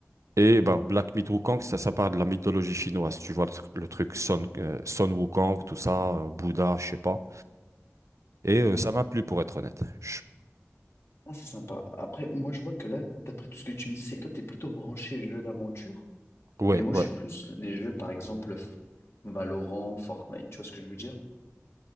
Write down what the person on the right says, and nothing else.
Et bah, Black Myth Wukong, ça, ça part de la mythologie chinoise. Tu vois le, tr- le truc Son, euh, Son Wukong, tout ça, euh, Bouddha, je sais pas. Et euh, ça m'a plu pour être honnête. Je-
Ouais,
ouais.